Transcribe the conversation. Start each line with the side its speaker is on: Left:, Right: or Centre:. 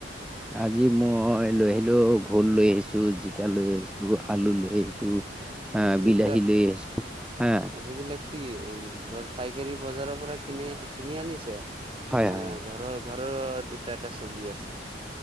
Centre: আজি মই লৈ আহিলো ভোল লৈ আহিছো, জিকা লৈ আহিছো, আলু লৈ আহিছো। হা
Right: সেইবিলাক
Centre: বিলাহী লৈ আহিছো, হা।
Right: সেইবিলাক কি উ ব পাইকাৰী বজাৰৰ পৰা কি কিনি কিনি আনিছে
Centre: হয়
Right: না
Centre: হয় হয়
Right: ঘৰৰ? ঘৰৰ দুটা, এটা চব্জি আছে।